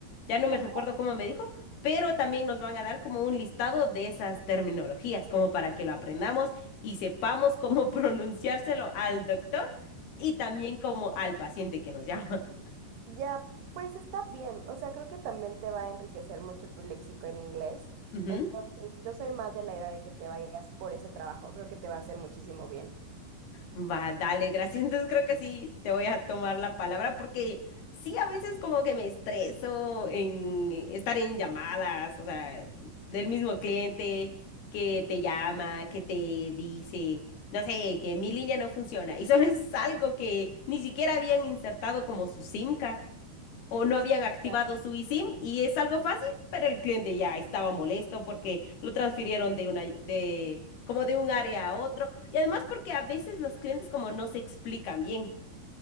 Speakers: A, on the left; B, on the right.
A: ya no me
B: Ajá.
A: recuerdo cómo me dijo, pero también nos van a dar como un listado de esas terminologías, como para que lo aprendamos y sepamos cómo <laughs> pronunciárselo al doctor y también como al paciente que nos llama.
B: Ya, pues está bien. O sea, creo que también te va a enriquecer mucho tu léxico en inglés.
A: <laughs>
B: Entonces, yo soy más de la idea de que te vayas por ese trabajo. Creo que te va a hacer muchísimo bien.
A: Va, dale, gracias. Entonces creo que sí te voy a tomar la palabra porque sí, a veces como que me estreso en estar en llamadas, o sea, del mismo cliente que te llama, que te dice, no sé, que mi línea no funciona y solo es algo que ni siquiera habían insertado como su SIM card o no
B: Sí,
A: habían activado
B: claro
A: su eSIM y es algo fácil, pero el cliente ya estaba molesto porque lo transfirieron de una de como de un área a otro y además porque a veces los clientes como no se explican bien.